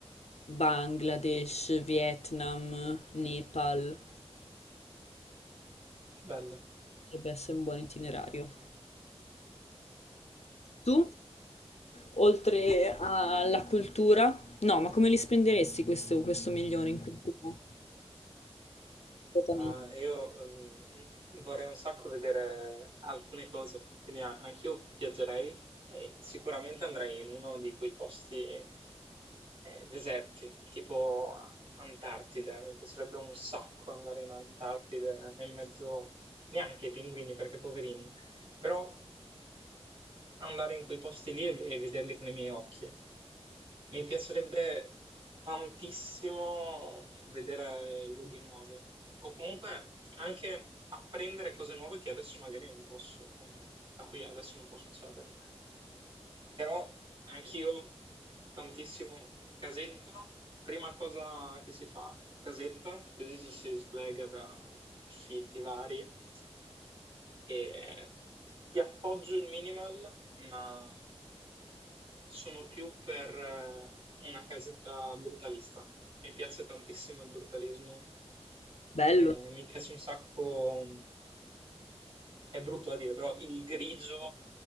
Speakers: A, on the left; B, on the right.
A: Bangladesh, Vietnam, Nepal.
B: che bello.
A: Potrebbe essere un buon itinerario. Tu, oltre alla cultura, no, ma come li spenderesti questo, questo milione in cultura? Completamente.
B: Ah, io mm, vorrei un sacco vedere alcune cose, quindi a- anch'io viaggerei e sicuramente andrei in uno di quei posti eh, eh, deserti, tipo Antartide. Mi piacerebbe un sacco andare in Antartide in mezzo neanche ai pinguini, perché poverini, però andare in quei posti lì e, e vederli con i miei occhi. eh. Mi piacerebbe tantissimo vedere i luoghi nuovi o comunque anche apprendere cose nuove che adesso magari non posso, a cui adesso non posso accedere. Però anch'io tantissimo casetta, prima cosa che si fa, casetta, così ci si slega da affitti vari e ti appoggio il minimal ma sono più per eh, una casetta brutalista. Mi piace tantissimo il brutalismo
A: Bello.
B: eh, mi piace un sacco, è brutto da dire, però il grigio